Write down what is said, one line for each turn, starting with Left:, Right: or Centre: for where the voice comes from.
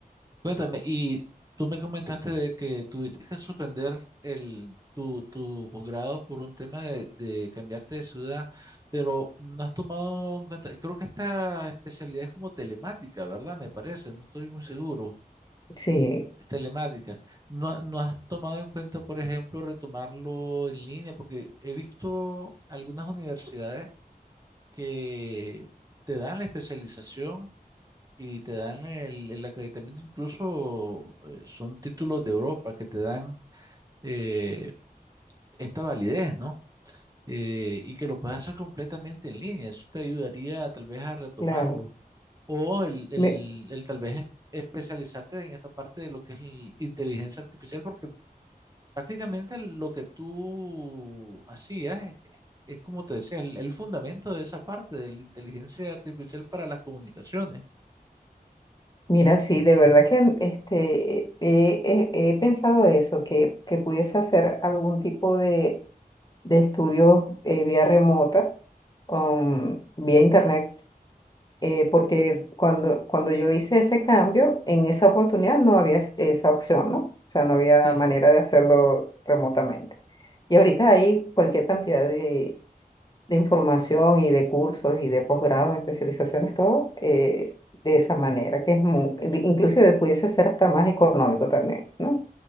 Right: Cuéntame, y tú me comentaste de que tuviste que suspender el, tu, tu posgrado por un tema de, de cambiarte de ciudad, pero no has tomado en cuenta, creo que esta especialidad es como telemática, ¿verdad? Me parece, no estoy muy seguro,
Left: Sí,
Right: es telemática. No, ha- no has tomado en cuenta, por ejemplo, retomarlo en línea, porque he visto algunas universidades que te dan la especialización y te dan el, el acreditamiento, incluso eh, son títulos de Europa que te dan eh, esta validez, ¿no? Eh, y que lo puedas hacer completamente en línea, eso te ayudaría tal vez a retomarlo.
Left: claro.
Right: O el, el,
Left: Me-
Right: el tal vez es- especializarte en esta parte de lo que es el inteligencia artificial, porque prácticamente lo que tú hacías es, es como te decía, el, el fundamento de esa parte de la inteligencia artificial para las comunicaciones.
Left: mira, sí, de verdad que este, he, he- he pensado eso, que, que pudiese hacer algún tipo de, de estudio eh, vía remota um, vía internet, eh, porque cuando, cuando yo hice ese cambio, en esa oportunidad no había es- esa opción, ¿no? O sea, no había
Right: Sí,
Left: manera de hacerlo remotamente. Y ahorita hay cualquier cantidad de, de información y de cursos y de posgrados, de especializaciones, todo eh, de esa manera, que es muy, inclusive pudiese ser hasta más económico también, ¿no?